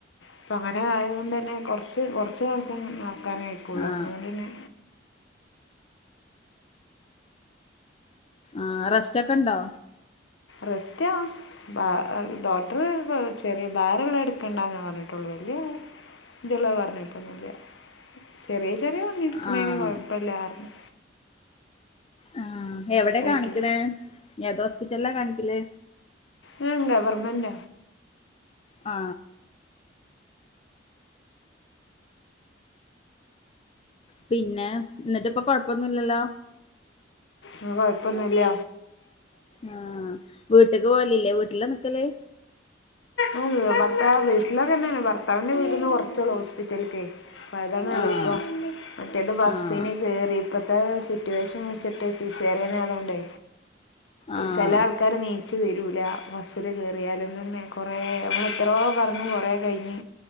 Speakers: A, on the left; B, on the left.
A: അപ്പൊ അങ്ങനെ ആയതോണ്ട്ന്നെ കൊർച്ച് കൊർച്ച് നടത്തം നടക്കാനെ ക്കൊള്ളു
B: ആഹ്
A: അപ്പൊ പിന്നെ
B: ആ റസ്‌റ്റോക്കെ ണ്ടോ
A: റെസ്റ്റ ഡോ ഡോക്ടർ ചെറിയ ഭാരള്ളത് ഇട്ക്കണ്ടാന്നാ പർഞ്ട്ടൊള്ളു വല്യ ത്ള്ളത് പർഞ്ട്ടൊന്നുല്ല ചെറിയ ചെറിയ പണിട്ക്ക്ണേന്
B: ആഹ്
A: കൊഴപ്പല്ലാർഞ്ഞു
B: ആ എവടെ കാണിക്ക്ണ്
A: ആയിട്ട്
B: ഏതോസ്പിറ്റല്ലാ കാണിക്കല്
A: ഞാൻ ഗവർമെന്റ
B: ആ പിന്നെ ന്ന്ട്ട്പ്പൊ കൊഴപ്പൊന്നുല്ലല്ലോ
A: ഉം കൊഴപ്പൊന്നുല്ല
B: ആ വീട്ട്ക്ക് പോവലില്ലേ വീട്ട്ലാ നിക്കല്
A: ആ ഭർത്താവ് വീട്ടിലതന്നെണ് ഭർത്താവിന്റെ വീട്ട്ന്ന് കൊർച്ചൊള്ളു ഹോസ്പിറ്റൽക്കെ അപ്പതാണ് എളുപ്പം
B: ആഹ്
A: മറ്റേത് ബസ്സിന്
B: ആഹ്
A: കേറി ഇപ്പത്തെ സിറ്റുവേഷൻ വെച്ച് പ്പട്ടത് സീസേറിയനായതോണ്ടെ
B: ആഹ്
A: ചെലേ ആൾക്കാര് നീ ച്ച് തെരൂല ബസ്സില് കേറിയാലും ന്തെന്നെ കൊറേ ഞമ്മളെ എത്രോ പർഞ് കൊറെ കയ്ഞ്ഞ്